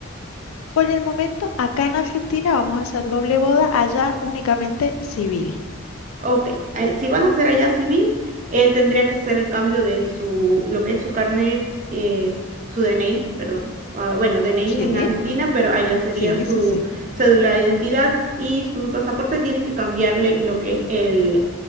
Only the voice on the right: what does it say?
Ok, eh, si van a hacer allá civil, él tendría que hacer el cambio de en su, lo que es su carnet, eh, su DNI, perdón. Ah, bueno, DNI
es en Argentina, pero allá sería
su
cédula de identidad y su pasaporte tiene que cambiarle lo que es el